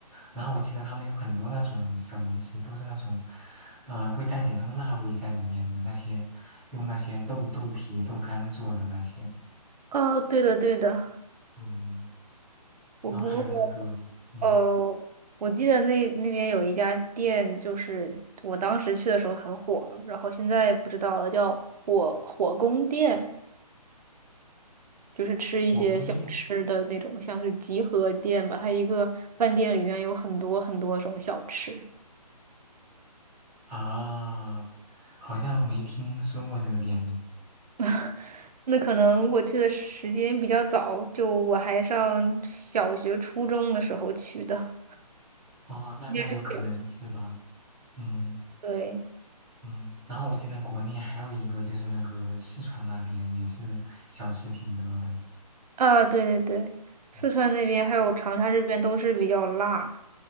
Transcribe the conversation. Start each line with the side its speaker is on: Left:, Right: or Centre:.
Centre: 然后我记得他们有很多那种小零食，都是那种，呃，会带点那个辣味在里面的那些，用那些豆豆皮、豆干做的那些。
Right: 哦，对的，对的。
Centre: 嗯，
Right: 我不过，
Centre: 然后还有那个，嗯，
Right: 呃，我记得那那边有一家店，就是我当时去的时候很火，然后现在不知道了，叫火火宫殿，就是吃一些小吃的那种，
Centre: 火宫殿
Right: 像是集合店吧。它一个饭店里面有很多很多种小吃。
Centre: 啊，好像没听说过这个店呢。
Right: <laughs> 那可能我去的时间比较早，就我还上小学、初中的时候去的，
Centre: 哦，那那有可能是吧。
Right: 应该是小学。
Centre: 嗯。
Right: 对。
Centre: 嗯，然后我记得国内还有一个，就是那个四川那边也是小吃挺多的。
Right: 啊，对对对，四川那边还有长沙这边都是比较辣
Centre: 嗯